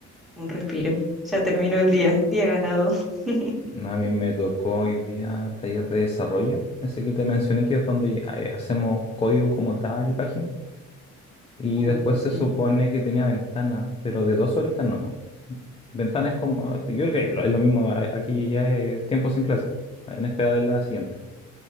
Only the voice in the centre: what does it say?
un respiro, ya terminó el día, día ganado. <laughs>
Uy,
sí.